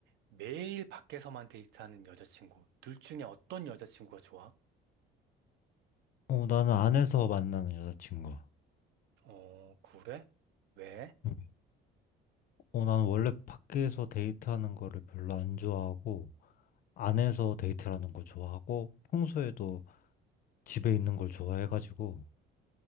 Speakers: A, on the right (about 70°); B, on the left (about 50°).
A: 매일 밖에서만 데이트하는 여자친구. 둘 중에 어떤 여자친구가 좋아?
B: 어, 나는 안에서 만나는 여자친구.
A: 어, 그래? 왜?
B: 응. 어, 나는 원래 밖에서 데이트하는 거를 별로 안 좋아하고, 안에서 데이트하는 거 좋아하고, 평소에도 집에 있는 걸 좋아해가지고,